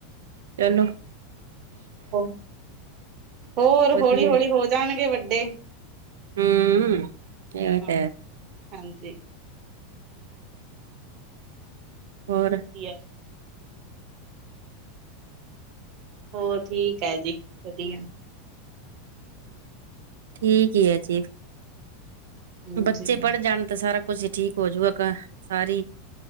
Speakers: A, on the right (about 75°); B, on the right (about 50°).
A: ਚੱਲੋ।
B: ਹੋਰ ਹੋਰ
A: ਵਧੀਆ
B: ਹੋਲੀ-ਹੋਲੀ ਹੋ ਜਾਣਗੇ ਵੱਡੇ।
A: ਹੂੰ ਏ
B: ਹਾਂ
A: ਤਾਂ ਹੈ।
B: ਹਾਂਜੀ।
A: ਹੋਰ
B: ਵਧੀਆ। ਹੋਰ ਠੀਕ ਹੈ ਜੀ, ਵਧੀਆ।
A: ਠੀਕ ਹੀ ਹੈ ਜੀ
B: ਹਾਂਜੀ
A: ਬੱਚੇ ਪੜ੍ਹ ਜਾਣ ਤਾਂ ਸਾਰਾ ਕੁਛ ਠੀਕ ਹੋਜੂਗਾ ਸਾਰੀ